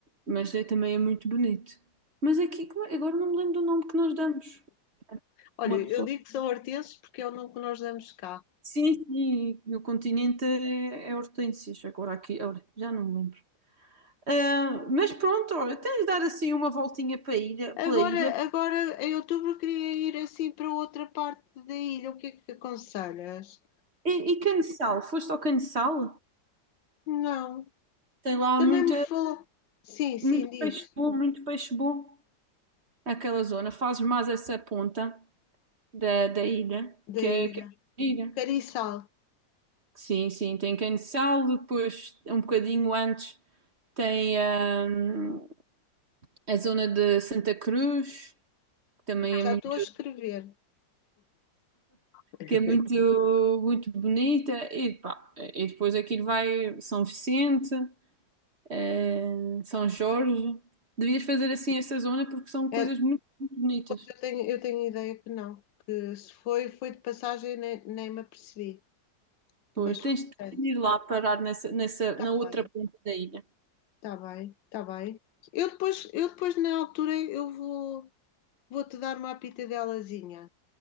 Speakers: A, on the right; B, on the left.
A: mas é, também é muito bonito. Mas aqui, como é- agora não me lembro do nome que nós damos.
B: Olha,
A: Uma
B: eu
A: pessoa.
B: digo que são hortenses porque é o nome que nós damos cá.
A: Sim, sim, no continente é, é hortênsias, agora aqui, olha, já não me lembro. Ah, mas pronto, olha, tens de dar assim uma voltinha para a ilha,
B: Agora,
A: pela ilha.
B: agora em outubro queria ir assim para outra parte da ilha. O que é que aconselhas?
A: E, e Caneçal? Foste ao Caneçal?
B: Não.
A: Tem lá
B: Também
A: muita,
B: me falou. Sim, sim,
A: muito
B: diz.
A: peixe bom, muito peixe bom aquela zona. Fazes mais essa ponta da, da ilha,
B: Da
A: que
B: ilha.
A: é, que é gira.
B: Cariçal.
A: Sim, sim, tem Caneçal, depois um bocadinho antes tem hum, a zona de Santa Cruz, que também é
B: Já
A: muito,
B: estou a escrever. <laughs>
A: que é muito, muito bonita, e, pá, e depois aquilo vai São Vicente. eh, São Jorge. Devias fazer assim essa zona porque são coisas
B: É,
A: muito, muito bonitas.
B: Pois eu tenho, eu tenho ideia que não, que se foi, foi de passagem, nem, nem me apercebi.
A: Pois,
B: Mas,
A: tens
B: portanto,
A: de ir lá parar nessa, nessa,
B: está
A: na outra
B: bem,
A: ponta da ilha.
B: está bem, está bem. Eu depois, eu depois, na altura, eu vou, vou-te dar uma apitadelazinha,